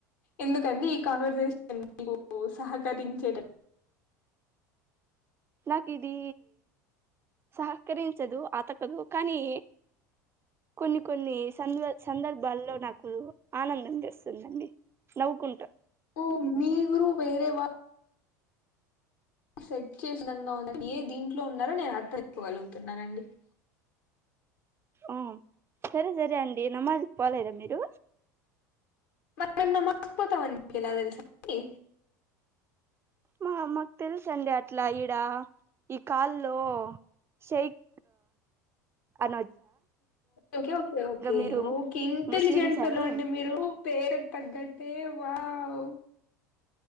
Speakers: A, on the left; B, on the right.
A: ఎందుకండి ఈ కన్వర్సేషన్ మీకు సహకరించట
B: నాకీది సహకరించదు అతకదు కానీ కొన్ని కొన్ని సంద సందర్భాల్లో నాకు ఆనందం తెస్తుందండి నవ్వుకుంటా
A: ఓ మీగురు వేరే వా సెట్ చే ఏ దీంట్లో ఉన్నారో నేను అర్థకోగలుగుతున్నానండి <inaudible>
B: ఆ సరే సరే అండి నమాజ్ కీ పోలేదా మీరు
A: మరి మీరు నమాజ్ కి పోతారనుకున్న తెలుసాండీ
B: మా మాకు తెలుసండి అట్లా ఈడా ఈ కాల్లో శైక్ అన
A: ఓకే ఓకే
B: మీరు
A: ఓకే ఇంటెలిజెంట్స్
B: ముస్లిమ్స్
A: ఫెలో
B: అని
A: అండి మీరు పేరుకు తగ్గటే వావ్